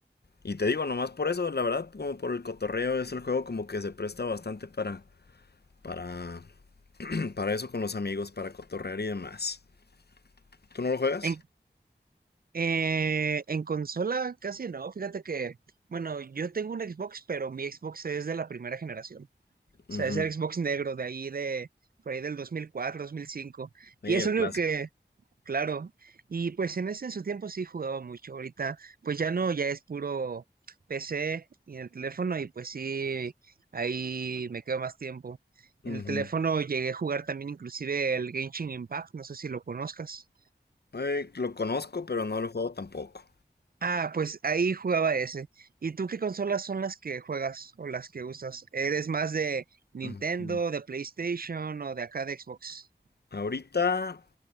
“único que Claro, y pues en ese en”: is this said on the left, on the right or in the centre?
Right